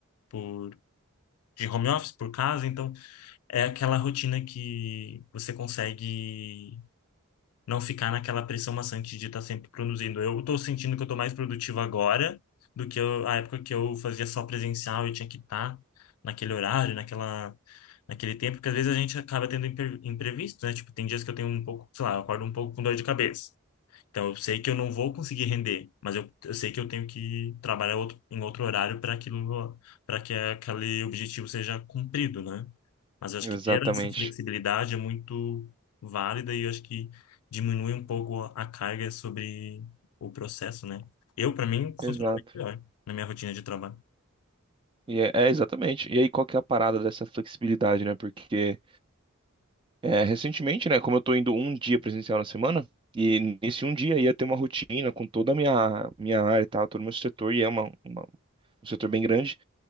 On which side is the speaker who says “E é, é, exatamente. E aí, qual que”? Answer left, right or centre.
Right